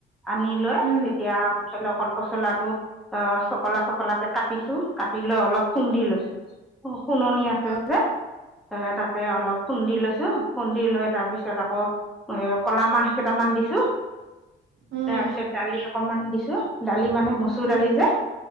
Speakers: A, in the centre; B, on the right (about 60°).
A: আনি লৈ
B: উম
A: তেতিয়া ধৰি ল' অকল পচলাটো অ' চকলা চকলা কাটি লৈ অলপ খুন্দি
B: উম
A: লৈছো, শুননি আছে
B: অ
A: যে। এ তাতে অলপ খুন্দি লৈছো খুন্দি লৈ তাৰ পিছত আকৌ এ ক'লা মাহ কেইটামান দিছো
B: উম
A: তাৰপিছত দালি অকমান দিছো দালি মানে মচুৰ
B: উম
A: দালি যে।